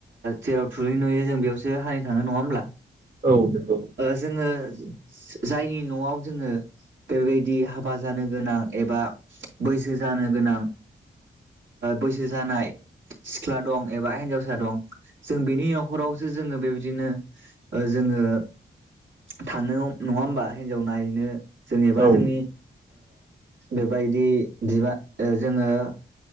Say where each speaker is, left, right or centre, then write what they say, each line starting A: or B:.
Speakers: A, on the right; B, on the right.
A: जेराव थुरि नुयो जों बेयावसो हाहैखागोन नङा होमब्ला?
B: औ औ
A: जोङो जायनि न'आव जोङो बेबायदि हाबा जानो गोनां एबा बैसो जानो गोनां बैसो जानाय सिख्ला दं एबा हिन्जावसा दं जों बेनि न'खरावसो जोङो बेबायदिनो जोङो थांनो नङा होमबा हिन्जाव नायहैनो जेनेबा
B: औ
A: जोंनि बेबायदि बिबान जोङो